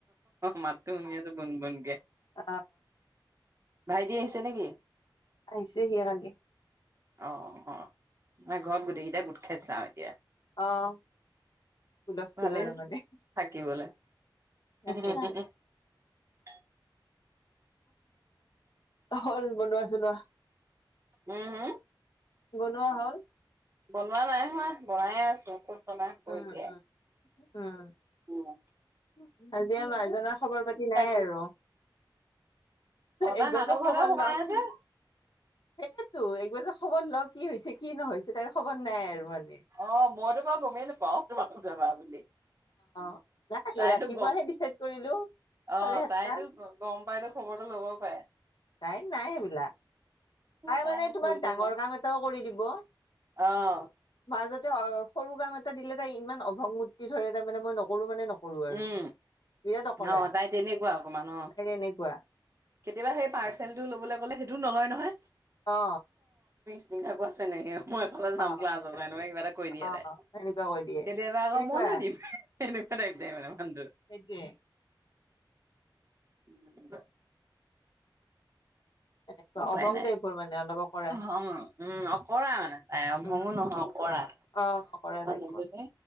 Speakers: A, on the right (about 35°); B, on the left (about 65°).
A: মাতটো শুনি আছো গুণ গুণকে
B: অ
A: ভাইটি আহিছে। তে নেকি
B: আহিছে হি কালি
A: অ অ ম ঘৰত গোটেইকেইটাই গোট খাই চাওঁ এতিয়া
B: আহ হুলস্থুল
A: ভালেই
B: আৰু মানে
A: থাকিবলে। <unintelligible>
B: তাকেতো হল বনোৱা চনোৱা
A: উম হম
B: বনোৱা হ'ল।
A: বনোৱা নাই হয় বনাই আছো আকৌ কৰি
B: উম
A: দিয়ে
B: উম
A: উম
B: উম আজি আ মাৰজাৰ খবৰ পাতি নাই আৰু
A: কৰি অ তাই
B: এইজৰ
A: মাকৰ
B: খবৰ
A: ঘৰতে সোমাই
B: লও কি
A: আছে
B: সেইটো ক খবৰ ল কি হৈছে কি নহৈছে তাৰ খবৰ নাই আৰু মানে
A: অ মইৰো ম গমেই নপাওঁ তুমি জানা বুলি
B: অ নথাকে
A: তাইতো
B: ৰাতিপুৱাহে
A: গ
B: ডিচাইড কৰিলো
A: অ
B: চাৰে সাতটা
A: তাইতো গম পাইতো খবৰটো ল'বও পাৰে
B: তাই নাই সেইবিলাক তাই
A: তাইৰ
B: মানে তোমাক
A: প্ৰয়োজন
B: ডাঙৰ কাম এটাও কৰি দিব
A: অঁ
B: মাজতে সৰু কাম এটা দিলে তাই ইমান অভংমূৰ্তি ধৰে তাৰ মই মানে মই নকৰো মানে ন কৰোঁ আৰু
A: উম
B: বিৰাট অকৰা
A: অ তাই তেনেকুৱা অকমান অ
B: তেনেকুৱা
A: কেতিয়াবা সেই পাৰ্চেলটো লবলৈ কলে সেইটোও নলয় নহয়।
B: অ
A: চিন্তা আছে নাই মই এফালে চাম
B: অ
A: ক্লাছৰ পৰা এনেকুৱা কিবা এটা কৈ দিয়ে
B: অ
A: তাই
B: সেনেকুৱা কৈ দিয়ে
A: কেতিয়াবা আকৌ
B: সেনেকুৱা
A: মনো দিম কিবা এক টাইপৰ মানুহ টো
B: সেইটোৱে
A: উম।
B: তেনেকুৱা
A: উপাই
B: অভং
A: নাই
B: টাইপৰ মানে অলপ অকৰা
A: ভং উম অকৰা মানে তাই অভং
B: উম
A: নহয় অকৰা
B: অ কৰা
A: মানুহজনী
B: তাই পোৱা